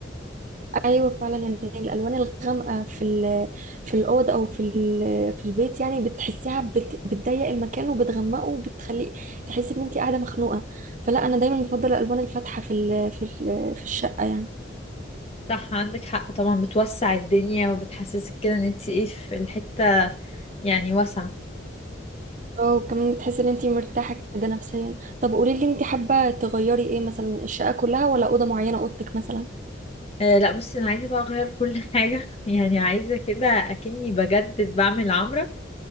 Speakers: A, on the right; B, on the left.
A: ايوه فعلا يعني الالوان الغامقه في ال- في الاوض او في ال- في البيت يعني بتحسيها بت- بتضيق المكان وبتغمقه وبتخليه تحسي ان انت قاعده مخنوقه فلا انا دايما بفضل الالوان الفاتحه في ال- في ال- في الشقه يعني
B: صح عندك حق طبعا بتوسع الدنيا وبتحسسك كده ان انت ايه في الحته يعني واسعه
A: اه وكمان بتحسي ان انتي مرتاحة كده نفسيا طب قولي لي انتي حابة تغيري ايه مثلا الشقة كلها ولا أوضة معينة أوضتك مثلا
B: أه لا بصي انا عايزه بقى اغير كل <laughs> حاجه يعني عايزه كده اكني بجدد بعمل عمرة